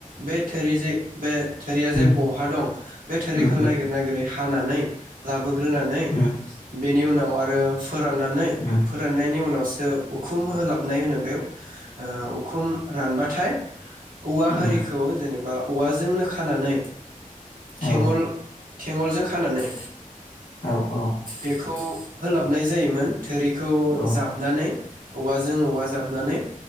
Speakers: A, on the right; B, on the left.
A: बे थोरि जे बे थोरिया जे
B: उम
A: बहा दं बे थोरिखौ
B: उम
A: नागिर नागिरै हानानै लाबो ग्रोनानै बे
B: उम
A: बेनि उनाव आरो फोराननानै
B: उम
A: फोराननायनि उनावसो जो उखुम होलाबनाय होनो ओ बे उखुम रानबाथाय औवा
B: उम
A: होरिखौ जेनेबा औवाजोंनो खानानै थेंगल
B: औ
A: थेंगलजों खानानै
B: औ औ
A: बेखौ होलाबनाय जायोमोन। थोरिखौ
B: औ
A: जाबनानै औवाजों औवा जाबनानै